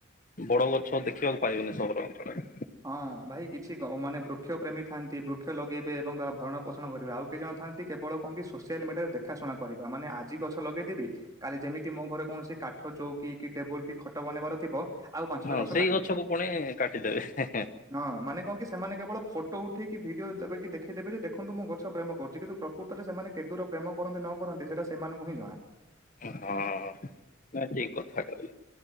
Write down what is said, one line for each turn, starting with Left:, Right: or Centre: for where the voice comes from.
Left: ବଡ ଗଛ ଦେଖିବାକୁ ପାଇବେନି ସହର ଅଞ୍ଚଳରେ।
Right: ହଁ ଭାଇ କିଛି କ ମାନେ ବୃକ୍ଷ ପ୍ରେମୀ ଥାଆନ୍ତି ବୃକ୍ଷ ଲଗେଇବେ ଏବଂ ଭରଣ ପୋଷଣ ଣ କରିବା ଆଉ କେହି ଜଣ ଥାଆନ୍ତି କେବଳ କଣ କି ସୋସିଆଲ ମିଡିଆରେ ଦେଖାଶୁଣା କରିବା ମାନେ ଆଜି ଗଛ ଲଗେଇଦେବି କାଲି ଯେମିତି ମୋ ଘରେ କୌଣସି କାଠ ଚୌକି, କି ଟେବୁଲ, କି ଖଟ, ବନେଇବାର ଥିବ ଆଉ ପାଞ୍ଚଟା
Left: ହଁ
Right: ଗଛ
Left: ସେଇ
Right: କାଟିଦେବି
Left: ଗଛକୁ ପୁଣି କାଟିଦେବେ ହେଁ ହେଁ।
Right: ହଁ ମାନେ କଣ କି ସେମାନେ କେବଳ ଫଟୋ ଉଠେଇକି ଭିଡିଓ ଲବେଇକି ଦେଖେଇଦେବେ ଯେ ଦେଖନ୍ତୁ ମୁଁ ଗ ଛ ପ୍ରେମ କରୁଛି କିନ୍ତୁ ପ୍ରକୃତରେ ସେମାନେ କେଦୁର ପ୍ରେମ କରନ୍ତି ନ କରନ୍ତି ସେଇଟା ସେମାନଙ୍କୁ ହିଁ ଜଣା।
Left: ହଁ ନାଇଁ ଠିକ୍ କଥା କହିଲେ।